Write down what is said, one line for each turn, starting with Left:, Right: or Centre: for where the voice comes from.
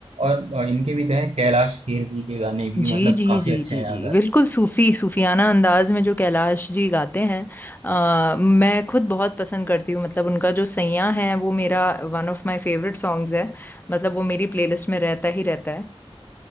Right: और अ, इनके भी तो हैं कैलाश खेर जी के गाने भी
Left: जी
Right: मतलब
Left: जी
Right: काफी
Left: जी
Right: अच्छे
Left: जी
Right: हैं
Left: जी
Right: अगर
Left: बिल्कुल सूफी सूफियाना अंदाज में जो कैलाश जी गाते हैं अ, मैं खुद बहुत पसंद करती हूँ मतलब उनका जो सैयां है वो मेरा one of my favourite songs है मतलब वो मेरी प्लेलिस्ट में रहता ही रहता है